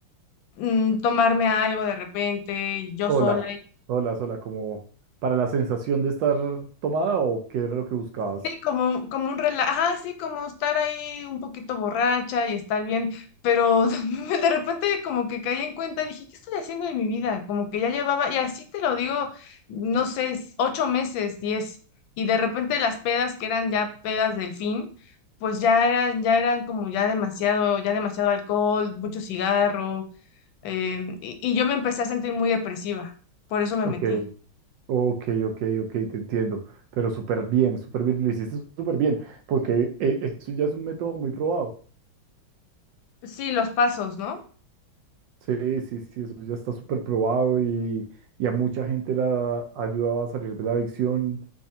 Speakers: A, on the left (about 75°); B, on the right (about 75°).
A: mm, tomarme algo de repente, y yo
B: Sola,
A: sola,
B: sola, sola, como para la sensación de estar tomada o qué era lo que buscabas?
A: Sí, como, como un relajo, ajá, sí, como estar ahí un poquito borracha y estar bien, pero <laughs> de repente como que caí en cuenta, dije, ¿qué estoy haciendo de mi vida? Como que ya llevaba, y así te lo digo, no sé, s- ocho meses, diez, y de repente las pedas que eran ya pedas del fin, pues ya eran, ya eran como ya demasiado, ya demasiado alcohol, mucho cigarro, em, y, y yo me empecé a sentir muy depresiva, por eso me
B: Ok.
A: metí.
B: Ok, ok, ok, te entiendo, pero súper bien, súper bien, lo hiciste súper bien, porque eh, eso ya es un método muy probado.
A: Sí, los pasos, ¿no?
B: Sí, sí, sí, eso ya está súper probado y, y a mucha gente la ha ayudado a salir de la adicción,